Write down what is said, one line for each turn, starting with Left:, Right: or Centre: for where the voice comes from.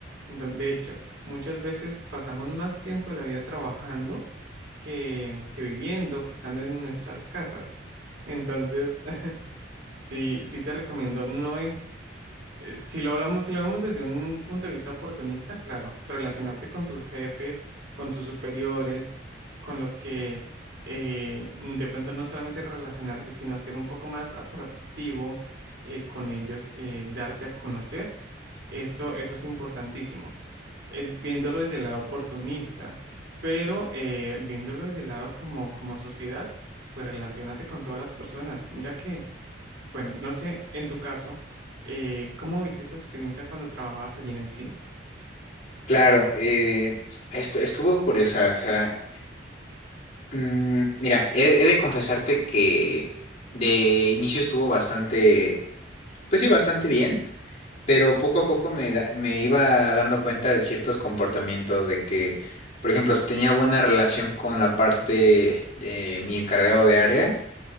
Right: Enton- De hecho, muchas veces pasamos más tiempo de la vida trabajando que, que viviendo, que estando en nuestras casas. Entonces, <laughs> sí, sí te recomiendo. No es eh, si lo hablamos, si lo vemos desde un punto de vista oportunista, claro, relacionarte con tus jefes, con tus superiores, con los que eh, de pronto no solamente relacionarte, sino ser un poco más atractivo eh, con ellos, eh, darte a conocer, eso, eso es importantísimo. eh, viéndolo desde el lado oportunista, pero eh, viéndolo desde el lado como, como sociedad, pues relacionate con todas las personas. Mira que bueno, no sé, en tu caso, eh, ¿cómo viste esa experiencia cuando trabajabas allí en el cine?
Left: Claro, eh, esto estuvo curiosa, o sea, mm, mira, he, he de confesarte que de inicio estuvo bastante, pues sí, bastante bien. pero poco a poco me, da- me iba dando cuenta de ciertos comportamientos, de que, por ejemplo, si tenía buena relación con la parte de mi encargado de área,